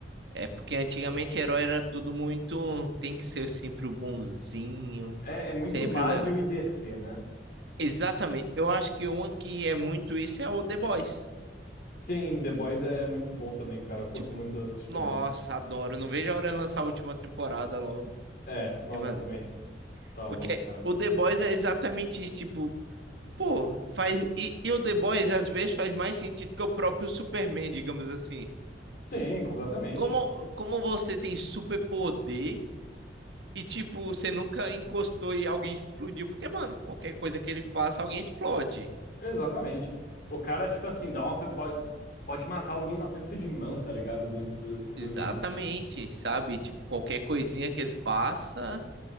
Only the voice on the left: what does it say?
É, é muito
Marvel
e DC, né?
Sim, The Boys é muito bom também, cara. Eu curto
muito assistir
The Boys.
É, nossa,
também. Tá louco,
cara.
Sim, completamente.
Exatamente. O cara, tipo assim, dá uma. Pode, pode matar alguém no aperto de mão, tá ligado? Do, do, do
nível.